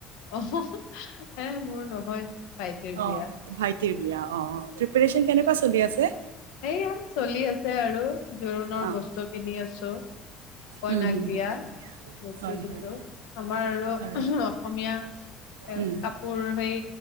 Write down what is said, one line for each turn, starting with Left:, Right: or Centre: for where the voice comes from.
Left: অ। হে মোৰ নহয়। ভাইটিৰ
Right: অ
Left: বিয়া
Right: ভাইটিৰ বিয়া, অ অ প্ৰিপাৰেচন কেনেকুৱা চলি আছে?
Left: সেয়া চলি আছে আৰু জোৰোণৰ
Right: অ'
Left: বস্তু কিনি আছো। কইনাক
Right: উম, হুম,
Left: দিয়া,
Right: হুম,
Left: এইটো
Right: হয়,
Left: সিটো
Right: হয়,
Left: আমাৰ আৰু
Right: হয়,
Left: অসমীয়া এ
Right: উম,
Left: কাপোৰ সেই